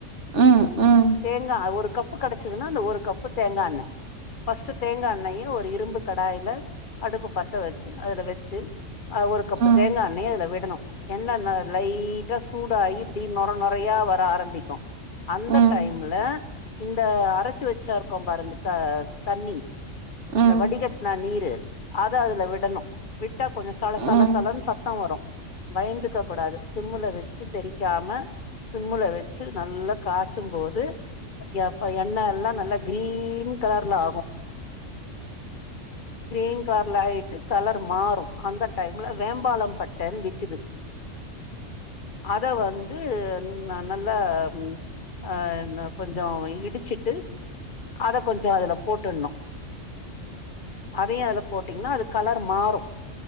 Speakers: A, on the right; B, on the left.
A: ம் ம்
B: தேங்கா ஒரு கப்பு கெடச்சதுன்னா அந்த ஒரு கப்பு தேங்கா எண்ணெ ஃபஸ்ட் தேங்கா எண்ணெய ஒரு இரும்பு கடாயல அடுப்பு பத்த வ சி அதுல வச்சி ஆ ஒரு கப்பு
A: ம்
B: தேங்காய் எண்ணய அதுல விடணும் என்னன்ன லைட்டா சூடாநகிடி நொர நொறையா வர ஆரம்பிக்கும் அந்த
A: ம் ம் ம்
B: டைம்ல இந்த அரச்சு வச்சா இருக்கோ பாரு இந்த த தண்ணி
A: ம்
B: அந்த
A: ம் ம்
B: வடிகட்டன நீரு அத அதுல விட்டா கொஞ்ச சள
A: ம்
B: சள சளன்னு சத்த வரு பயந்துக்க கூடாது சிம்ல வச்சு தெறிக்காம சிம்ல வச்சு நல்லா காச்சும்போது யப்ப எண்ண எல்லா நல்லா கிரீன் கலர்ல ஆகு கிரீன் கலர் ஆயிட் கலர் மாறு அந்த டைம்ல வேம்பாலம் பட்டன்னு விக்குது அத வந்து ந நல்லா ம் ஆஹ் இந்த கொஞ்சோ இடிச்சுட்டு அத கொஞ்சோ அதுல போட்டுட்ணு அதயு அதுல போட்டீங்ன்னா அது கலர் மாறு